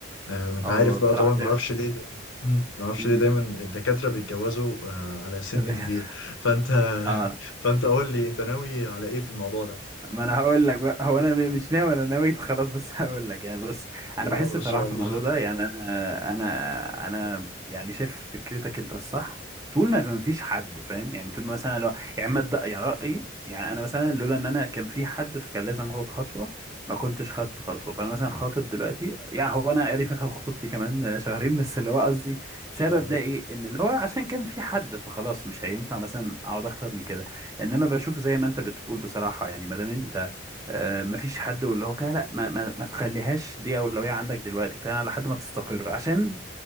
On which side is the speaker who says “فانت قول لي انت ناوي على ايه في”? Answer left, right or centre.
Left